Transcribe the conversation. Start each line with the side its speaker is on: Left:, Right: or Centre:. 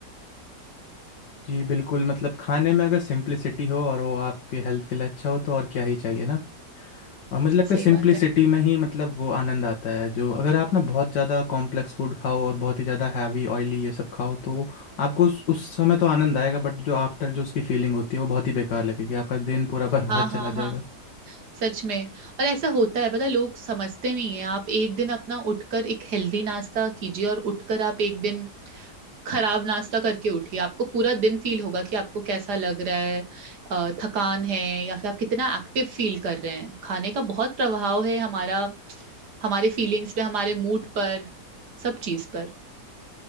Left: जी बिल्कुल मतलब खाने में अगर सिंप्लिसिटी हो और वो आपके हेल्थ के लिए अच्छा हो तो और क्या ही चाहिए ना और मुझे लगता
Right: सही
Left: है सिंप्लिसिटी
Right: बात है
Left: में ही मतलब वो आनंद आता है जो अगर आप ना बहुत ज़्यादा कॉम्प्लेक्स फूड खाओ और बहुत ही ज़्यादा हैवी ऑयली ये सब खाओ तो आपको उस, उस समय तो आनंद आएगा बट जो आफ्टर जो उसकी फीलिंग होती है वो बहुत ही बेकार लगेगी आपका दिन पूरा <laughs> बर्बाद
Right: हाँ
Left: चला
Right: हाँ हाँ
Left: जाएगा
Right: सच में और ऐसा होता है पता है, लोग समझते नहीं है आप एक दिन अपना उठकर एक हेल्दी नाश्ता कीजिए और उठकर आप एक दिन खराब नाश्ता करके उठिए आपको पूरा दिन फील होगा कि आपको कैसा लग रहा है अ, थकान है या फिर आप कितना एक्टिव फील कर रहे हैं खाने का बहुत प्रभाव है हमारा हमारे फीलिंग्स पे हमारे मूड पर सब चीज पर